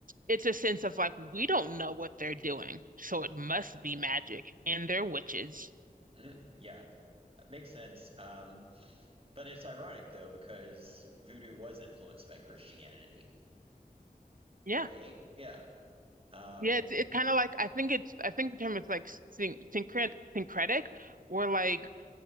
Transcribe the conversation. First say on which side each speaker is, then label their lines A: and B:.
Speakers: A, on the right (about 60°); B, on the right (about 35°).
A: it's a sense of like we don't know what they're doing, so it must be magic, and they're witches.
B: Mhm. yeah it makes sense um but it's ironic though because voodoo was influenced by Christianity
A: Yeah,
B: right yeah um
A: yeah. It's it's kind of like I think it's I think the term is like syn syncret syncretic, or like